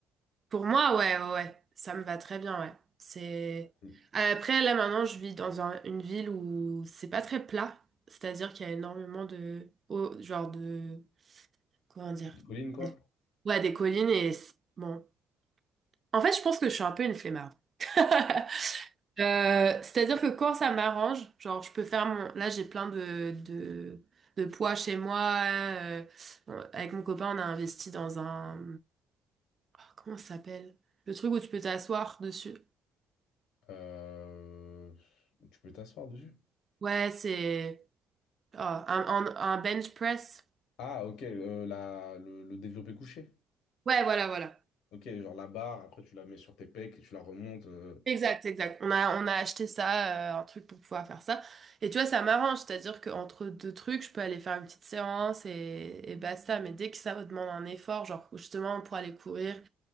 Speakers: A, on the right; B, on the left.
A: Pour moi, ouais, ouais, ouais. ça me va très bien, ouais. C'est...
B: Une
A: Après, là, maintenant, je vis dans un- une ville où c'est pas très plat. C'est-à-dire qu'il y a énormément de... oh, genre de... Comment dire?
B: petite colline, quoi.
A: Ouais, des collines et... c'est- Bon. En fait, je pense que je suis un peu une flemmarde. <laughs> Euh, c'est-à-dire que quand ça m'arrange, genre je peux faire mon... Là j'ai plein de, de, de poids chez moi. euh, bon, avec mon copain on a investi dans un... oh, comment ça s'appelle? Le truc où tu peux t'asseoir dessus.
B: Euh, tu peux t'asseoir dessus.
A: Ouais c'est... oh, un, un- un bench press.
B: Ah, ok, euh, la, le, le développé couché.
A: Ouais voilà voilà.
B: Ok, genre la barre, après tu la mets sur tes pecs et tu la remontes. euh,
A: Exact, exact. On a, on a acheté ça, euh, un truc pour pouvoir faire ça. Et tu vois, ça m'arrange, c'est-à-dire qu'entre deux trucs, je peux aller faire une petite séance et, et basta. Mais dès que ça me demande un effort, genre justement pour aller courir.